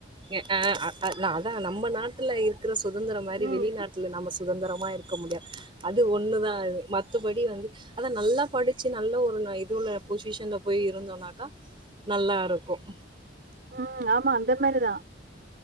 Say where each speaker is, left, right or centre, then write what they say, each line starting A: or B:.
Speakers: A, on the right; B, on the right.
A: ய ஆஹ் அ ஆ நா அதா நம்ம நாட்டுல இருக் க்ற சுதந்தரம் மாறி
B: ம்.
A: வெளிநாட்ல நம்ம சுதந்திரம் ம்மா இருக்க முடியாது அது ஒண்ணுதா அது மத்தபடி வந்து அத நல்லா படிச்சு நல்ல ஒரு இது உள்ள பொசிஷன்ல போய் இருந்தோனாக்கா நல்லாருக்கும்
B: உம் ஆமா அந்த மாரிதா